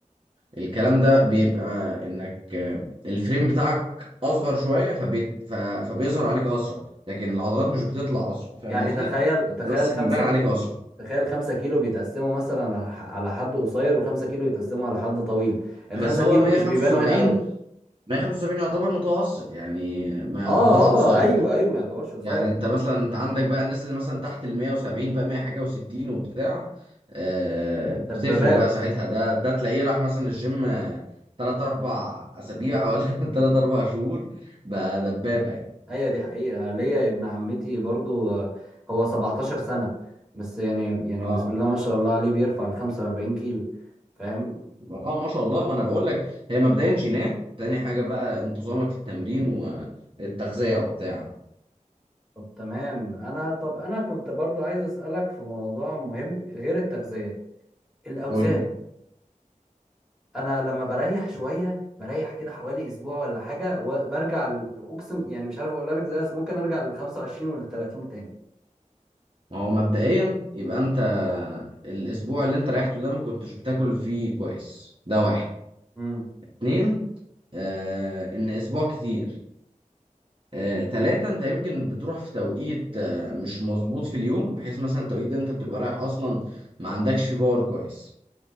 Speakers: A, on the right (about 40°); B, in the centre.
A: الكلام ده بيبقى انك آه، الفريم بتاعك اصغر شويه فبيت ف- فبيظهر عليك اسرع لكن العضلات مش بتطلع اسرع فاهم
B: يعني
A: قصدي
B: تخيل
A: انت
B: تخيل
A: بس بيبان
B: 5 كيلو
A: عليك اسرع
B: تخيل 5 كيلو بيتقسموا مثلا على ح- على حد قصير و5 كيلو يتقسموا على حد طويل ال
A: بس
B: 5
A: هو
B: كيلو
A: 175
B: مش بيبانوا هنا
A: 175 يعتبر متوسط يعني ما يعتبرش
B: اه
A: قصير
B: اه ايوه ايوه ما يعتبرش قصير
A: يعني
B: انا
A: انت
B: قلت
A: مثلا انت
B: آه،
A: عندك بقى الناس اللي مثلا تحت ال 170 بقى 100 حاجه و60 وبتاع آه، بتفرق
B: دبابات
A: بقى ساعتها ده ده تلاقيه راح مثلا الجيم آه، تلات اربع اسابيع ولا <laughs> تلات اربع شهور بقى دبابه يعني
B: هي دي حقيقه ليا ابن عمتي برضو آه، هو 17 سنه بس يعني يعني
A: اه
B: بسم الله ما شاء الله عليه بيرفع ال 45 كيلو فاهم
A: اه ما شاء الله ما انا بقول لك هي مبدئيا جينات تاني حاجه بقى انتظامك في التمرين والتغذيه وبتاع
B: طب تمام انا طب انا كنت برضو عايز اسالك في موضوع مهم غير التغذيه الاوزان
A: قول لي
B: انا لما بريح شويه بريح كده حوالي اسبوع ولا حاجه وبرجع ل- اقسم يعني مش عارف اقول لك ازاي بس ممكن ارجع لل 25 ولل 30 تاني
A: ما هو مبدئيا يبقى انت الاسبوع اللي انت ريحته ده ما كنتش بتاكل فيه كويس ده واحد
B: امم
A: اتنين آه ان اسبوع كتير آه تلاته انت يمكن بتروح في توقيت آه مش مظبوط في اليوم بحيث مثلا التوقيت ده انت بتبقى رايح اصلا ما عندكش فيه باور كويس